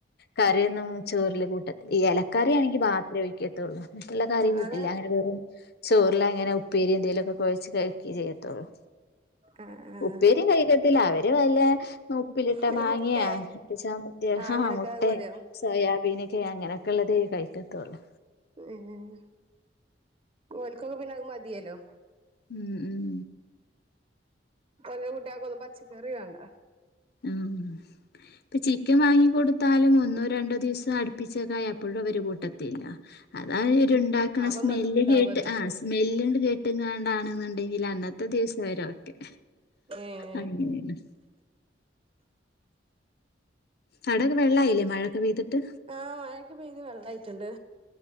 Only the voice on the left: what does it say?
കറിയൊന്നും ചോറില് കൂട്ടത്തി ഈ ഇലക്കറിയാണെങ്കി മാത്രം ഒഴിക്കത്തൊള്ളൂ മറ്റ് ഇള്ള കറി
കൂട്ടില്ല
അങ്ങനെ വെറും ചോറിലങ്ങനെ ഉപ്പേരി എന്തേലും ഒക്കെ കുഴച്ച് കഴിക്കേ ചെയ്യത്തുള്ളൂ
ഉപ്പേരിം കഴിക്കത്തില്ല അവര് വല്ല ഉപ്പിലിട്ട
മാങ്ങിയാ
ചമ്മന്തിയോ
ആഹ മുട്ടേ
സോയാബീനൊക്കെ അങ്ങനെക്കെ ഉള്ളതേ കഴിക്കത്തുള്ളൂ
ഉം ഉം
ഉം ഇപ്പൊ ചിക്കൻ വാങ്ങി കൊടുത്താലും ഒന്നോ രണ്ടോ ദിവസം അടുപ്പിച്ചൊക്കായ അപ്പോഴും അവര് കൂട്ടത്തില്ല അത് ആ ഒരുണ്ടാക്ക്ണ
സ്മെല്ല്
കേട്ട്
ആഹ്‌ സ്മെല്ലണ്ട് കേട്ടുംങ്ങാണ്ടാണ്ന്ന്‌ ഇണ്ടെങ്കിൽ അന്നത്തെ ദിവസം അവരോക്കെ
അങ്ങനേണ് അവിടൊക്കെ വെള്ള ആയിലേ മഴൊക്കെ പെയ്തിട്ട്